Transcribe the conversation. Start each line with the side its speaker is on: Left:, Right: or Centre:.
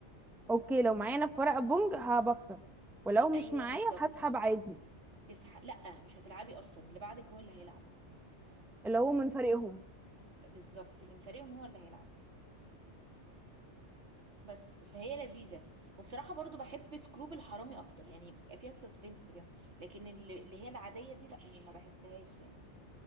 Centre: اوكي لو معايا انا في ورقة بونج هبصر ولو مش
Right: ايوه
Centre: معايا
Right: بالظبط
Centre: هسحب عادي
Right: تسح... لا مش هتلعبي اصلا اللي بعدك هو اللي هيلعب
Centre: اللي هو من فريقهم
Right: بالظبط اللي من فريقهم هو اللي هيلعب بس فهي لذيذة وبصراحة برضو بحب سكروب الحرامي أكتر يعني بيبقى فيها سسبنس كده لكن اللي اللي هي العادية دي لأ ما بحسهاش يعني